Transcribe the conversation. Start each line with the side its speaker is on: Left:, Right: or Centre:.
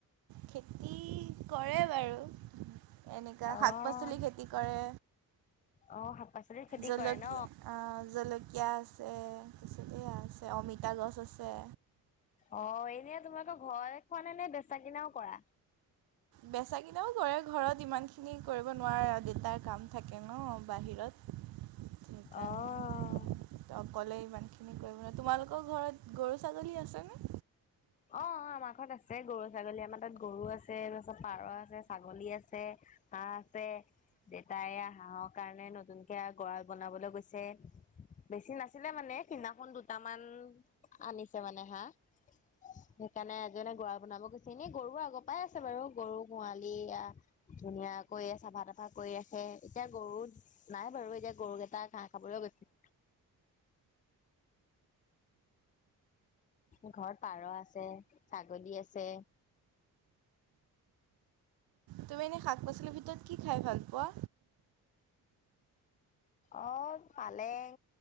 Right: খেতি ক কৰে বাৰু এনেকুৱা
Left: অ',
Right: শাক - পাচলি খেতি কৰে
Left: অ, শাক পাচলিৰ খেতি
Right: জলকীয়া
Left: কৰে ন?
Right: আহ জলক কীয়া আছে, তাৰপিছত এইয়া আছে অমিতা গছ আছে
Left: অ এনে তোমালোকৰ ঘৰৰে খোৱা নে নে বেচা কিনাও কৰা?
Right: বেচা কিনাও কৰে ঘৰত ইমান খিনি কৰিব নোৱাৰে আৰু দেতাক কাম থাকে ন বাহিৰত সেইকাৰণে।
Left: অ',
Right: তো অকলে ইমানখিনি কৰিব নোৱাৰে। তোমালোকৰ ঘৰত গৰু ছাগলী আছেনে?
Left: অ অ আমাৰ ঘৰত আছে গৰু -ছাগলী আমাৰ তাত গৰু আছে,, তাৰপাছত পাৰ আছে, ছাগলী আছে হাঁহ আছে দেতাই এইয়া হাঁহৰ কাৰণে নতুনকে গড়াল বনাবলৈ গৈছে। বেছি নাছিলে মানে, সিদিনাখন দুটামান আনিছে মানে হাঁহ। সেইকাৰণে আজি এটা গড়াল বনাব গৈছে, এনে গৰু আগৰ পৰাই আছে বাৰু, গৰু গোহালি এইয়া ধুনীয়াকৈয়ে চাফা তাফা কৰি ৰাখে, এতিয়া গৰুত নাই বাৰু এতিয়া গৰুকেইটা ঘাঁহ খাবলৈ গৈছে। ঘৰত পাৰ আছে, ছাগলী আছে,
Right: তুমি এনে শাক- পাচলিৰ ভিতৰত কি খাই ভাল পোৱা?
Left: অঁহ পালেং